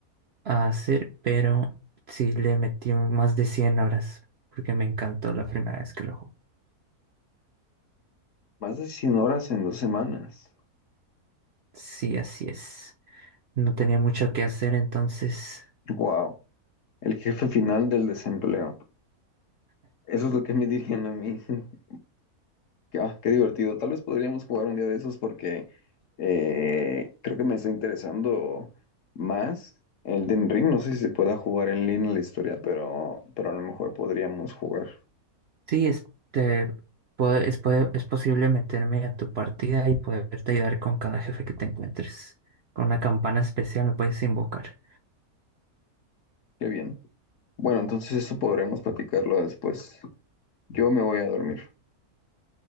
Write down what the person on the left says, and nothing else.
Más de 100 horas en dos semanas.
Wow, el jefe final del desempleo. Eso es lo que me <laughs> dirían a mí. <laughs> Que, ah, qué divertido. Tal vez podríamos jugar un día de esos porque eh, creo que me está interesando más Elden Ring. No sé si se pueda jugar en línea la historia, pero, pero a lo mejor podríamos jugar.
Qué bien. Bueno, entonces eso podremos platicarlo después. Yo me voy a dormir.